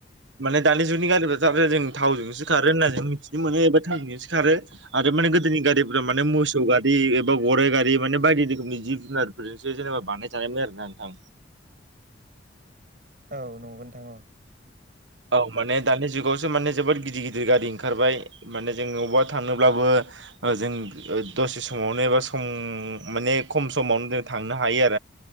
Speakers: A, on the right; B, on the right.
A: माने दानि जुगनि गारिफ्रा थारो जों थावजोंसो खारो होनना जों मिथि बि मोनो एबा थांनिजोंसो खारो आरो माने गोदोनि गारिफोरा माने मोसौ गारि गराय गारि गारि माने बायदि रोखोमनि जिब जुनारफोरजोंसै जेनेबा बानायनाय थानायमोन आरो ना नोंथां।
B: औ नंगौ नोंथां।
A: औ माने दानि जुगावसो माने जोबोद गिदिर गिदिर गारि ओंखारबाय माने जों अबेबा थांङोब्लाबो जों दसे समावनो एबा सम माने खम समावनो जों थांनो हायो